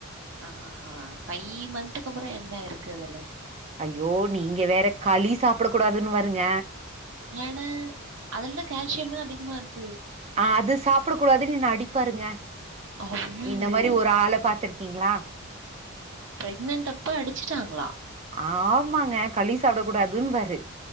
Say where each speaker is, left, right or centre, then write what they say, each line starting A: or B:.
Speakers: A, on the right; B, on the right.
A: ஆஹா ஃபைவ் மந்த்க்கு அப்றோ என்ன இருக்கு அதுல
B: ஐயோ நீங்க வேற களி சாப்ட கூடாதுன்வாருங்க
A: ஏட அதுல்ல கால்சியமே அதிகமா இருக்கு
B: அது சாப்ட கூடாதுன்னு என்ன அடிப்பாருங்க
A: அய்யய்யோ!
B: இந்த மாரி ஒரு ஆள பாத்துருக்கீங்ளா
A: பிரெக்னன்ட் அப்ப அடுச்சிட்டாங்ளா
B: ஆமாங்க களி சாப்ட கூடாதுன்பாரு